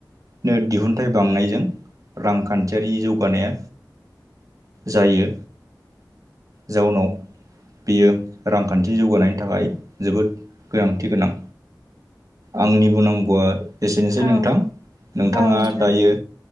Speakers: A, on the right; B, on the left.
A: नो दिहुनथाइ बांनायजों रांखान्थियारि जौगानाया जायो जाउनाव बियो रांखान्थि जौगानायनि थाखाय जोबोद गोनांथि गोनां। आंनि बुं नांगौआ एसेनोसै
B: औ
A: नोंथां नोंथाङा
B: औ नोंथां
A: दायो